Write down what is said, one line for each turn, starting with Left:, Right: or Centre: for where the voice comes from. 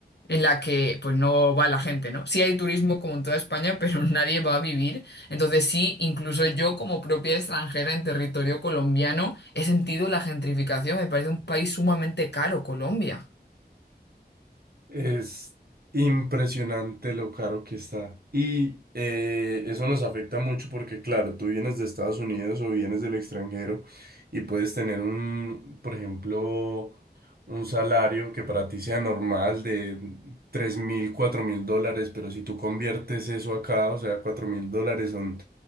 Left: en la que pues no va la gente, ¿no? Sí hay turismo como en toda España, pero <laughs> nadie va a vivir. Entonces sí, incluso yo como propia extranjera en territorio colombiano he sentido la gentrificación. Me parece un país sumamente caro, Colombia.
Right: Es impresionante lo caro que está. Y eh, eso nos afecta mucho porque, claro, tú vienes de Estados Unidos o vienes del extranjero y puedes tener un, por ejemplo, un salario que para ti sea normal de tres mil, cuatro mil dólares, pero si tú conviertes eso acá, o sea, cuatro mil dólares son